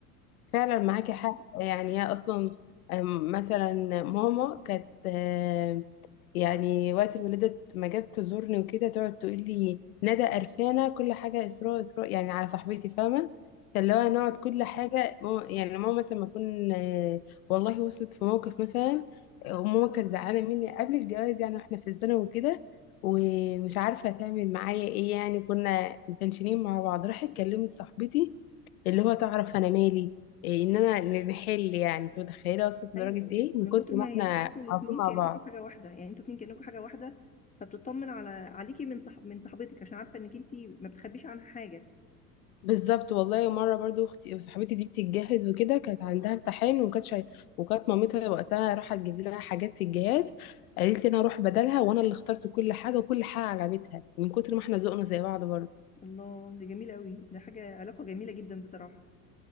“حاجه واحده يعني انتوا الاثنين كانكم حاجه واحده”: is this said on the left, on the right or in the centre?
Left